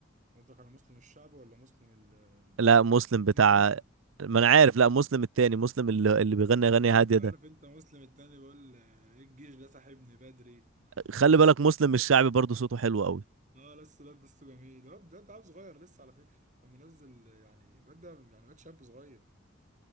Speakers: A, on the right (about 40°); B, on the right (about 80°).
A: قصدك على مسلم الشعب ولا مسلم ال
B: لا مسلم
A: الدين
B: بتاع
A: مسلم
B: ما انا عارف لا مسلم التاني مسلم اللي, اللي بيغني
A: آه،
B: اغاني
A: أصل
B: هاديه ده
A: عارف انت مسلم التاني بيقول آه، ايه الجيش ده صاحبني بدري
B: خلي بالك مسلم
A: عارفه
B: الشعبي برضه صوته حلو قوي
A: اه لسه الواد ده لسه جميل الواد ده ده عيل صغير لسه على فكره كان منزل يعني الواد ده يعني واد شاب صغير